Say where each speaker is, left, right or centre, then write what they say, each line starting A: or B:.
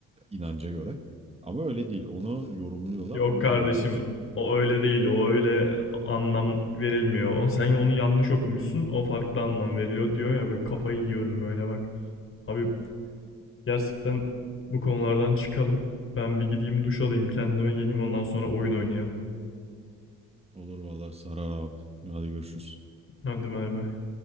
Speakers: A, on the right; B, on the left.
A: inanca göre. Ama öyle değil. Onu yorumluyorlar,
B: Yok
A: ona
B: kardeşim
A: inanıyoruz.
B: o öyle değil o öyle anlam verilmiyor. O, sen onu yanlış okumuşsun o farklı anlam veriliyor diyor ya böyle kafayı yiyorum böyle bak. Abi gerçekten bu konulardan çıkalım. Ben bir gideyim duş alayım kendime geleyim ondan sonra oyun oynayalım.
A: Olur vallahi sarar abi. Hadi görüşürüz.
B: Hadi bay bay.